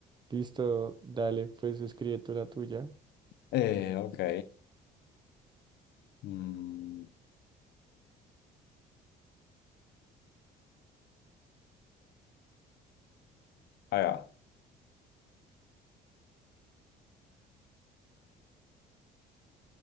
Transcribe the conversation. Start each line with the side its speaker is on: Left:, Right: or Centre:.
Right: Listo, dale, pues escribe tú la tuya.
Left: Eh, ok. Mm, ahí va.